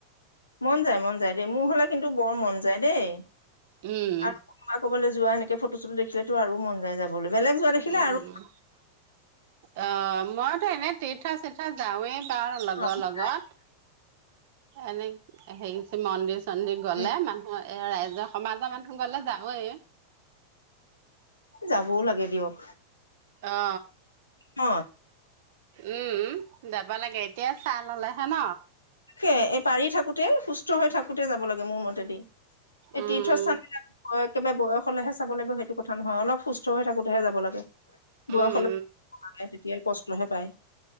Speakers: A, on the left (about 80°); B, on the right (about 50°).
A: মন যায় মন যায় দেই মোৰ হ'লে কিন্তু বৰ মন যায় দেই
B: উম
A: আৰু কোনোবা ক'বলৈ যোৱা এনেকে ফটো চটো দেখিলেতো আৰু মন যায় যাবলৈ বেলেগ যোৱা দেখিলে
B: উম
A: আৰু
B: উম উম অ মইতো এনে তীৰ্থ চিৰ্থ যাওঁৱে কাৰ লগৰ
A: অ
B: লগত এনে হেৰি মন্দিৰ চন্দিৰ গলে
A: উম
B: মানুহৰ এ ৰাইজৰ সমাজৰ মানুহ গলে যাৱে
A: যাবও লাগে দিয়ক
B: অ
A: ন
B: উম যাব লাগে এতিয়া চাহ ল'লে হে ন
A: সেয়ে এই পাৰি থাকোতে সুস্থ হৈ থাকোতে যাব লাগে মোৰ মতেদি এই
B: উম
A: তীৰ্থস্থান একেবাৰে বয়স কলেহে চাব লাগে সেইটো কথা নহয় অলপ সুস্থ হৈ থাকোতেহে যাব লাগে বয়সলৈ
B: উম
A: তেতিয়া কষ্টহে পায়